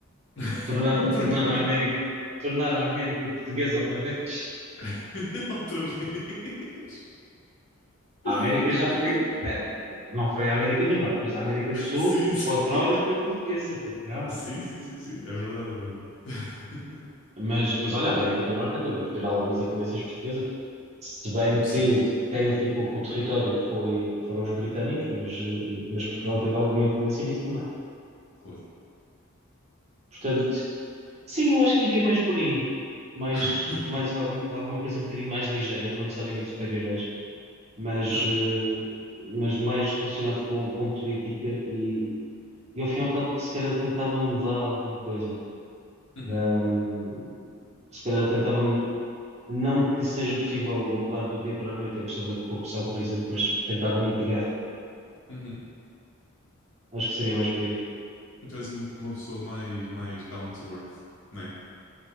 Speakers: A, on the left (about 60°); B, on the right (about 30°).
A: <laughs>
B: Tornar,
A: Por
B: tornar
A: que não?
B: a América, tornar a América portuguesa outra vez.
A: <laughs> Outra vez.
B: A
A: <laughs>
B: América já foi, espera, não foi a América do Norte, mas a América do Sul,
A: Sim, sim.
B: outrora foi portuguesa, porque não?
A: Sim, sim, sim, sim. É verdade, é verdade. <laughs>
B: Mas, mas olha, a América do Norte acabou por ter algumas influências portuguesas, se bem
A: Sim,
B: que
A: sim, sim.
B: quem ficou com o território foi, foram os britânicos, mas, eh, mas Portugal
A: Uhum,
B: teve alguma influência nisso também.
A: claro.
B: Portanto, Sim, eu acho que iria mais por aí. Mais,
A: <laughs>
B: mais algum- alguma coisa um bocadinho mais ligeira, não necessariamente super-heróis, mas,
A: Ok.
B: eh, mas mais relacionado com, com política e, e ao fim e ao cabo se calhar tentava mudar alguma coisa.
A: Uhum,
B: Ahm, se calhar tentava, não que seja possível mudar do dia para a noite a questão da corrupção, por exemplo, mas tentava mitigar.
A: uhum.
B: Acho que seria mais por aí.
A: Tu és uma uma pessoa mais, mais down to earth, né?